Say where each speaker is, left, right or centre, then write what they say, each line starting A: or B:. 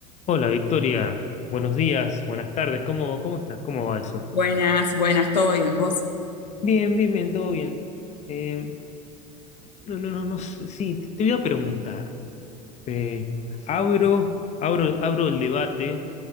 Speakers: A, on the left; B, on the left.
A: Hola Victoria, buenos días, buenas tardes, ¿cómo, cómo estás? ¿Cómo va eso?
B: Buenas, buenas, ¿todo bien? ¿Vos?
A: Bien, bien, bien, todo bien. Eh, no, no, no, no, sé, sí, te, te voy a preguntar. Eh, abro, abro, abro el debate